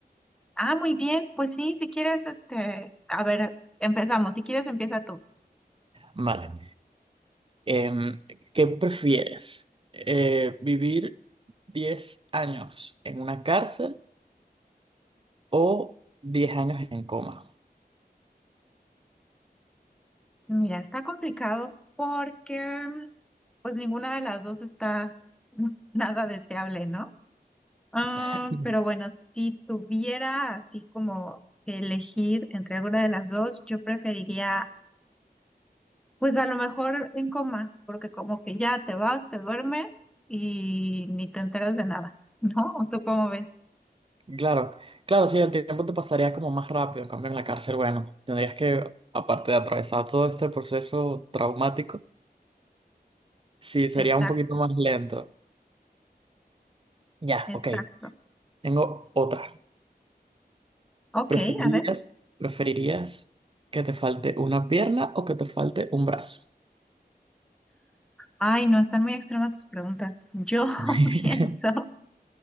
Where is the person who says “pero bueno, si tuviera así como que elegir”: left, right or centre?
Centre